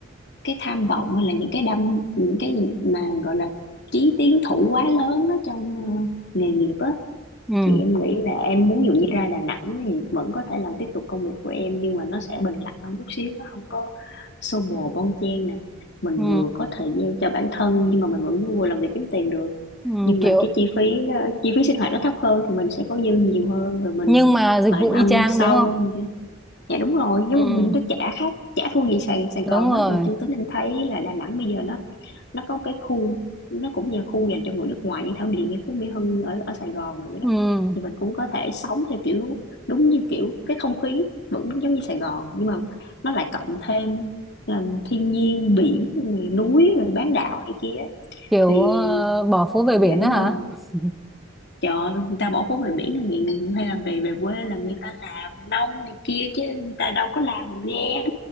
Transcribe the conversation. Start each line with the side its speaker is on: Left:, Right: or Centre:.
Left: cái tham vọng hay là những cái đam những cái gì mà gọi là chí tiến thủ quá lớn ở trong uh, nghề nghiệp á
Centre: ừ,
Left: thì em nghĩ là em muốn ví dụ như ra Đà Nẵng thì vẫn có thể làm tiếp tục công việc của em nhưng mà nó sẽ bình lặng hơn chút xíu nó không có xô bồ bon chen nè mình
Centre: ừ,
Left: vừa có thời gian cho bản thân nhưng mà mình vẫn vừa làm việc kiếm tiền được
Centre: ừ
Left: nhưng
Centre: kiểu
Left: mà cái chi phí nó- chi phí sinh hoạt nó thấp hơn thì mình sẽ có dư nhiều hơn rồi mình
Centre: nhưng mà dịch
Left: vài
Centre: vụ
Left: năm
Centre: y chang
Left: sau
Centre: đúng không
Left: dạ đúng rồi nhưng
Centre: ừ
Left: mà mình đã trả khác trả thua gì Sài Sài Gòn
Centre: đúng
Left: hết
Centre: rồi
Left: mà chưa tính em thấy là Đà Nẵng bây giờ nó nó có một cái khu nó cũng như khu dành cho người nước ngoài như Thảo Điền như Phú Mỹ Hưng như ở ở Sài Gòn mà vậy đó
Centre: ừ
Left: thì mình cũng có thể sống theo kiểu đúng như kiểu cái không khí vẫn giống như Sài Gòn nhưng mà nó lại cộng thêm ờ, thiên nhiên biển rồi núi rồi bán đảo này kia
Centre: kiểu
Left: thì
Centre: ờ, bỏ phố về
Left: dạ
Centre: biển
Left: đúng
Centre: đó hả
Left: rồi
Centre: <laughs>
Left: trời ơi, người ta bỏ phố về biển là người hay là về về quê là người ta làm nông này kia chứ người ta đâu có làm nghe